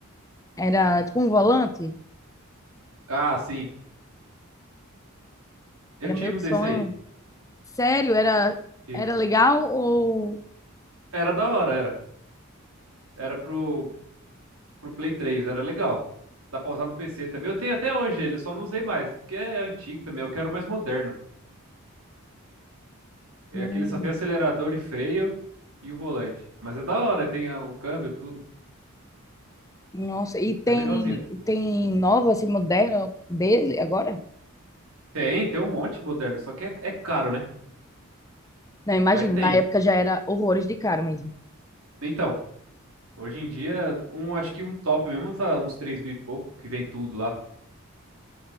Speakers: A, on the left (about 15°); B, on the right (about 85°).
A: era tipo um volante.
B: Ah, sim. Eu
A: Era
B: tive
A: meu
B: um
A: sonho.
B: desse aí.
A: Sério, era,
B: Tive.
A: era legal ou
B: Era da hora, era. Era pro, pro Play 3, era legal. Dá pra usar no PC também. Eu tenho até hoje ele, eu só não usei mais. Porque é antigo também, eu quero o mais moderno. É
A: Hum,
B: Aquele só tem acelerador e freio e o volante. Mas é da hora, tem a- o câmbio, tudo.
A: nossa, e tem
B: É legalzinho.
A: tem nova assim moderna dele agora?
B: Tem, tem um monte moderno, só que é, é caro, né?
A: Não, imagino,
B: Mas tem.
A: na época já era horrores de cara mesmo.
B: Então, hoje em dia, um, acho que um top mesmo tá uns 3 mil e pouco, que vem tudo lá.